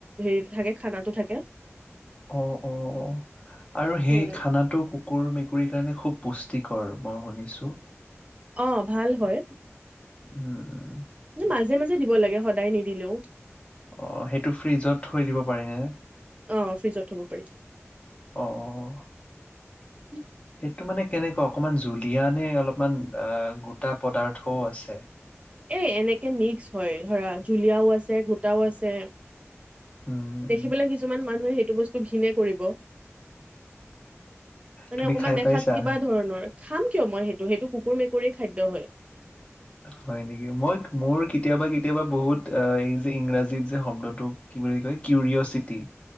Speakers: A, on the right; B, on the left.
A: হেৰিটো থাকে, খানাটো থাকে।
B: অ', অ', অ'। আৰু সেই
A: উম
B: খানাটো কুকুৰ মেক কুৰি কাৰণে খুব পুষ্টিকৰ মই শুনিছোঁ।
A: অ ভাল হয়।
B: উম।
A: মাজে মাজে দিব লাগে সদায় নিদ। দিলো।
B: অঁ সেইটো ফ্ৰিজত থৈ দিব পাৰে নেনে?
A: অ ফ্ৰিজত থব পাৰি
B: অঁ
A: উ <inaudible>
B: এইটো মানে কেনেকুৱা অকমান জুলিয়ানে অলপমান এ গোটা পদাৰ্থও আছে।
A: এ এনেকে মিক্স হয় ধৰা জুলীয়াও আছে গোটাও আছে।
B: উম,
A: দেখি পালে কিছুমান মানুহে সেইটো বস্তু ঘীনে কৰিব। মানে
B: তুমি
A: অকমান
B: খাই
A: দেখাত
B: পাইছা?
A: কিবা ধৰণৰ খাম কিয় মই সেই। ত' সেইটো কুকুৰ মেকুৰী খাদ্য হয়।
B: হয় নেকি? মই মোৰ কেতিয়াবা কেতিয়াবা বহুত এই যে ইংৰাজীত যে শব্দটো কি বুলি কয় কিউৰিয়চিটি।